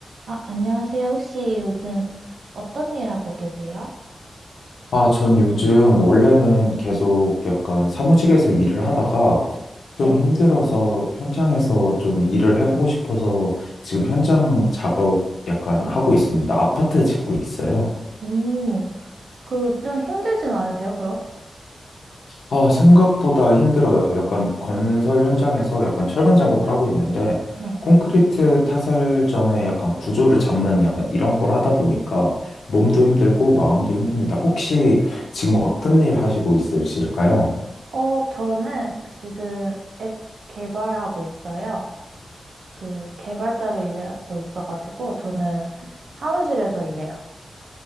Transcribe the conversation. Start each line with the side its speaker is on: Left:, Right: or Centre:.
Right: 아, 안녕하세요. 혹시 요즘 어떤 일 하고 계세요?
Left: 아, 전 요즘 원래는 계속 약간 사무직에서 일을 하다가 좀
Right: 네.
Left: 힘들어서 현장에서 좀 일을 해보고 싶어서 지금 현장 작업 약간 하고 있습니다. 아파트 짓고 있어요.
Right: 음, 그 좀 힘들진 않으세요, 그럼?
Left: 아, 생각보다 힘들어요. 약간 건설 현장에서 약간 철근 작업을 하고 있는데
Right: 네.
Left: 콘크리트 타설 전에 약간 구조를 잡는 약간 이런 걸 하다 보니까 몸도 힘들고 마음도 힘듭니다. 혹시 지금 어떤 일 하시고 있으실까요?
Right: 어, 저는 지금 앱 개발하고 있어요. 그 개발자로 일하고 있어가지고 저는 사무실에서 일해요.